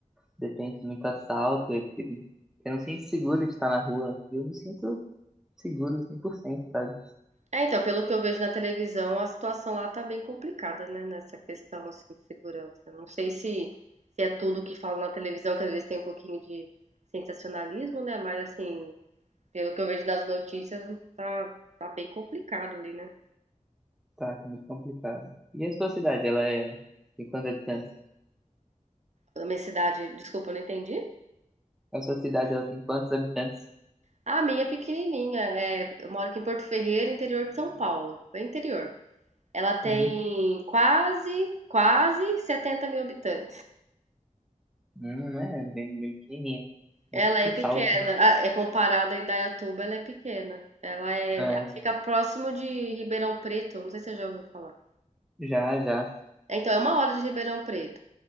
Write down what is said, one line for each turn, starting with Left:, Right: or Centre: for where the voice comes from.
Centre: depende de muito assalto. Eu, fico- eu não sinto seguro de estar na rua. aqui Eu me sinto seguro 100%, sabe?
Right: É, então, pelo que eu vejo na televisão, a situação lá tá bem complicada, né? Nessa questão assim, de segurança. Não sei se, se é tudo que falam na televisão, que às vezes tem um pouquinho de sensacionalismo, né? Mas assim, pelo que eu vejo nas notícias, tá, tá bem complicado ali, né?
Centre: Tá, tá muito complicado. E a sua cidade, ela é... tem quantos habitantes?
Right: A minha cidade, desculpa, eu não entendi.
Centre: A sua cidade, ela tem quantos habitantes?
Right: Ah, a minha é pequenininha. É, eu moro aqui em Porto Ferreira, interior de São Paulo, bem interior. Ela tem
Centre: Uhum.
Right: quase, quase 70 mil habitantes.
Centre: Não, não é bem, bem pequenininha.
Right: Ela
Centre: É tipo
Right: é
Centre: Salto.
Right: pequena, ah, é comparada a Indaiatuba, ela é pequena. Ela é,
Centre: É,
Right: ela fica próximo de Ribeirão Preto, não sei se você já ouviu falar.
Centre: já, já.
Right: Então, é uma hora de Ribeirão Preto.